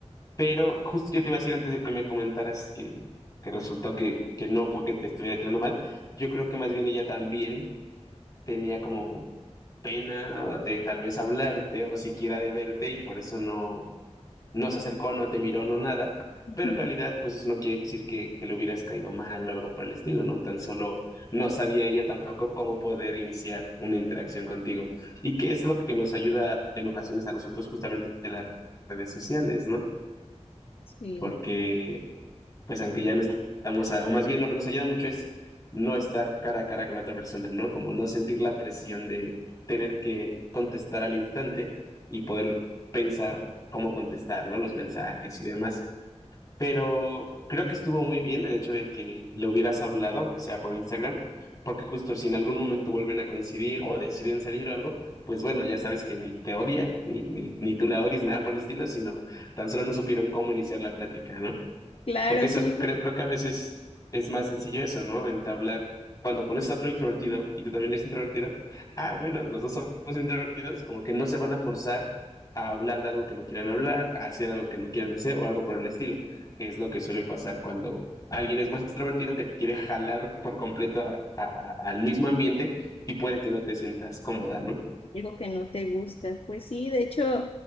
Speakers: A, on the left; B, on the left.
A: Pero justo yo te iba a decir antes de que me comentaras que, que resultó que, que no fue que te estuviera tirando mal. Yo creo que más bien ella también tenía como pena de tal vez hablarte o siquiera de verte y por eso no, no se acercó, no te miró, no nada.
B: <laughs>
A: Pero en realidad, pues eso no quiere decir que, que le hubieras caído mal o algo por el estilo, ¿no? Tan solo no sabía ella tampoco cómo poder iniciar una interacción contigo. ¿Y qué es lo que nos ayuda en ocasiones a nosotros justamente de las redes sociales, ¿no?
B: Sí,
A: Porque pues aunque ya no estamos, a- o más bien lo que nos ayuda mucho es no estar cara a cara con la otra persona, ¿no? Como no sentir la presión de tener que contestar al instante y poder pensar cómo contestar, ¿no? Los mensajes y demás. Pero creo que estuvo muy bien el hecho de que le hubieras hablado, aunque sea por Instagram, porque justo si en algún momento vuelven a coincidir o deciden salir o algo, pues bueno, ya sabes que ni te odia, ni, ni, ni tú la odies, nada por el estilo, sino tan solo no supieron cómo iniciar la plática, ¿no?
B: claro,
A: Porque eso,
B: sí,
A: creo, creo que a veces es más sencillo eso, ¿no? Entablar, cuando conoces a otro introvertido y tú también eres introvertido, ah, bueno, los dos somos <laughs> introvertidos, como que no se van a forzar a hablar de algo que no quieran hablar, a hacer algo que no quieran hacer o algo por el estilo, que es lo que suele pasar cuando alguien es más extrovertido que te quiere jalar por completo a- a- a- al mismo ambiente y puede que no te sientas cómoda, ¿no?
B: algo que no te gusta. Pues sí, de hecho,